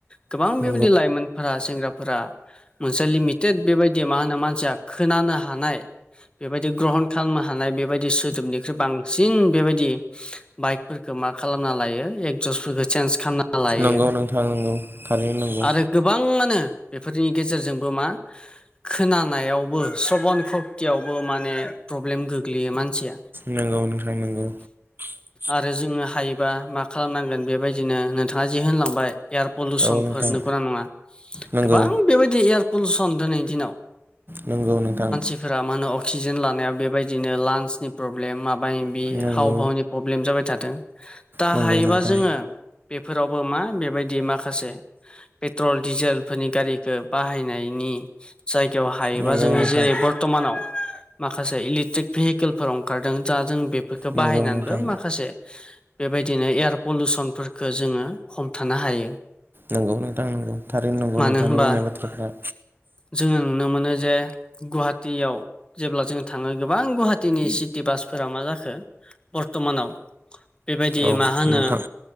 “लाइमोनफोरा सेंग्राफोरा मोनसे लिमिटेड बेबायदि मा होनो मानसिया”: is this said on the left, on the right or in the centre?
Left